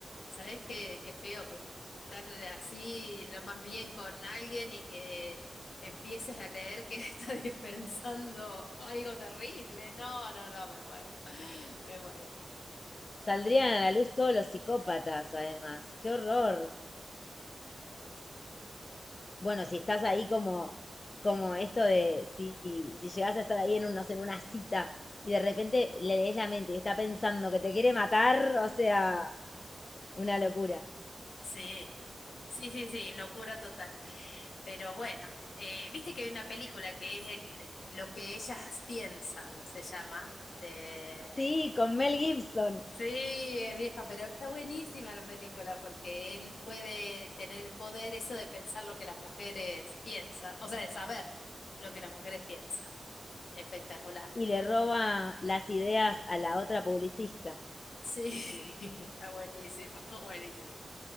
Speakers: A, on the left; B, on the left.
A: ¿Sabés qué, qué feo que estar así lo más bien con alguien y que empieces a leer que <laughs> está dispensando algo terrible? No, no, no, me muero. <laughs> Me muero.
B: Saldrían a la luz todos los psicópatas, además. ¡Qué horror! bueno, si estás ahí como, como esto de si, si llegas a estar ahí en un, no sé, en una cita y de repente le lees la mente y está pensando que te quiere matar, o sea, una locura.
A: Sí, sí, sí, sí, locura total. Pero bueno, eh, viste que hay una película que es el, Lo que ellas piensan, se llama. De,
B: Sí,
A: que-
B: con Mel Gibson
A: sí, es vieja, pero está buenísima la película porque él puede tener el poder eso de pensar lo que las mujeres piensan, o sea, de saber lo que las mujeres piensan. Espectacular.
B: y le roba las ideas a la otra publicista.
A: Sí, <laughs> está buenísimo, buenísimo.